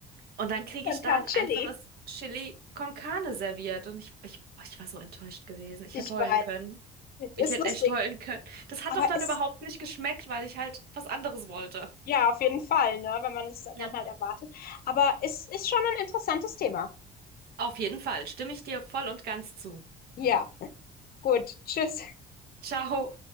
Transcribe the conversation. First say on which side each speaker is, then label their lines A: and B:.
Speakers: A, on the right; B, on the left.
A: Und dann kriege
B: dann
A: ich da
B: kam
A: ein
B: Chili.
A: einfaches Chili con Carne serviert. Und ich, ich, oh, ich war so enttäuscht gewesen. Ich
B: Ich
A: hätte heulen
B: weiß.
A: können. Ich
B: Ist
A: hätte
B: lustig.
A: echt heulen können. Das hat
B: Aber
A: doch dann
B: ist,
A: überhaupt nicht geschmeckt, weil ich halt was anderes wollte.
B: Ja, auf jeden Fall, ne, wenn man das
A: Ja.
B: dann halt erwartet. Aber es ist schon ein interessantes Thema.
A: Auf jeden Fall stimme ich dir voll und ganz zu.
B: Ja, gut. Tschüss.
A: Ciao.